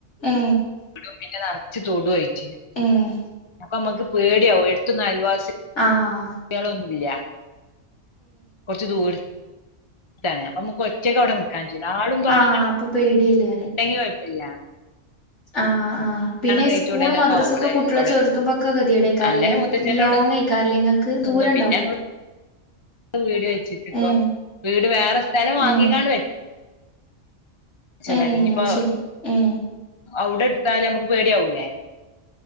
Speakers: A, on the left (about 70°); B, on the left (about 25°).
A: ഏ
B: ടും പിന്നെ നിറച് തൊടു ആയിറ്റ്
A: ഏഹ്
B: അപ്പമ്മക്ക്പേട്യാവും എട്തൊന്നും അയൽവാസി
A: ആഹ്
B: കുട്ട്യാളൊന്നുല്ല കൊർച്ച് ദൂര് പ്പൊ നമുക്ക് ഒറ്റക്ക് അവിടെ നിക്കാഞ്ചൂല ആളും പാളൊക്കെ
A: ആ അപ്പൊ പേടിയല്ലേ
B: ണ്ടങ്കികൊയപ്പല്ല്യ
A: ആഹ് ആഹ് പിന്നെ
B: കഴിച്ച
A: സ്കൂള്
B: ഉടനൊക്കെ
A: മദ്രാസൊക്കെ
B: ആവുമ്പളെ
A: കുട്ട്യളെ
B: അവിടെ
A: ചേർത്തുമ്പൊക്കെ കെദിയെടുയിക്കാരല്ലേ
B: അങ്ങനെ മുത്തച്ഛനോട്
A: ലോങ് ആയിക്കാരല്ലേ ങ്ങ ക്ക്
B: നിന്നു
A: ദൂരംണ്ടാവും
B: പിന്നെ വീട് വെച്ചിട്ട് ഇപ്പം
A: ഏ
B: വീട് വേറെ സ്ഥലം വാങ്ങിക്കാണ്ട്
A: ഏ
B: വെ <unintelligible>
A: ഏ
B: ഇഞ്ഞ്പ്പോ
A: അത് ശരി ഏ
B: ഔടെട്ത്താല് അമ്മക്ക് പേട്യാവൂലേ